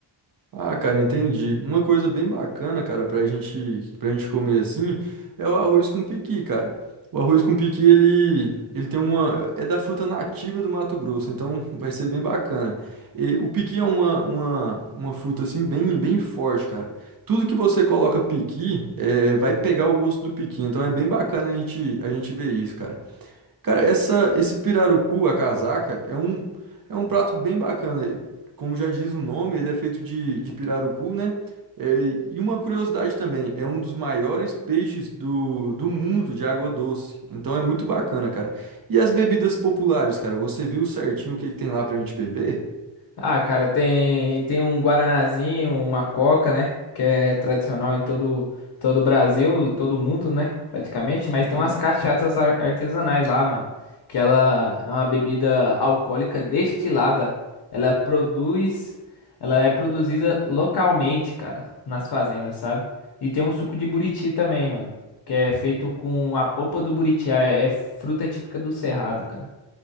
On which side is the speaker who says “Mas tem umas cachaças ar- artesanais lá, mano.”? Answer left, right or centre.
Left